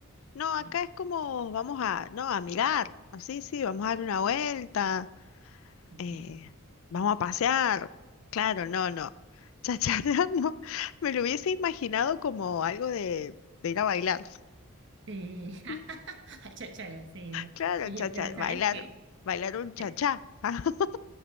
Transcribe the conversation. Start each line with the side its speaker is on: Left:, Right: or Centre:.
Left: No,
Right: ¿no?
Left: acá es como vamos a, no, a mirar. Así, sí, vamos a dar una vuelta.
Right: Ujú.
Left: eh, vamos a pasear. Claro, no, no. Chacharra <laughs> no. Me lo hubiese imaginado como algo de, de ir a bailar.
Right: Sí, <laughs>
Left: <laughs>
Right: a chacharear, sí, no.
Left: Claro,
Right: Oye,
Left: chachar,
Right: pero ¿sabes
Left: bailar,
Right: qué?
Left: bailar un chachá.
Right: <laughs>
Left: <laughs>